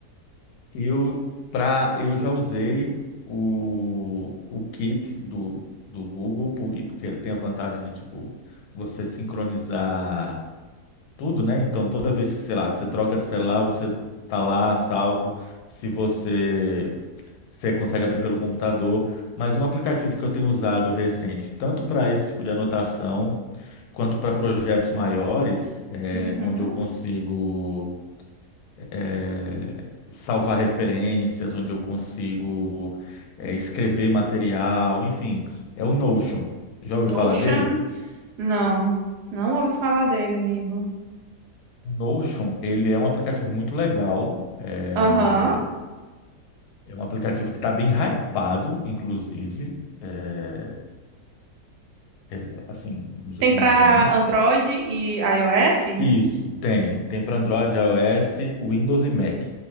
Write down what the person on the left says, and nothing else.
Eu, pra, eu já usei o, o Keep do, do Google, por- porque ele tem a vantagem de, tipo, você sincronizar tudo, né? Então, toda vez que, sei lá, você troca de celular, você tá lá salvo. Se você, você consegue abrir pelo computador. Mas um aplicativo que eu tenho usado recente, tanto para esse tipo de anotação, quanto para projetos maiores, é,
onde eu consigo é, salvar referências, onde eu consigo é, escrever material, enfim, é o Notion. Já
ouviu falar dele?
O Notion, ele é um aplicativo muito legal. é,
É um aplicativo que está bem hypado, inclusive, é, res- assim, nos
últimos
anos.
Isso, tem. Tem para Android, iOS, Windows e Mac.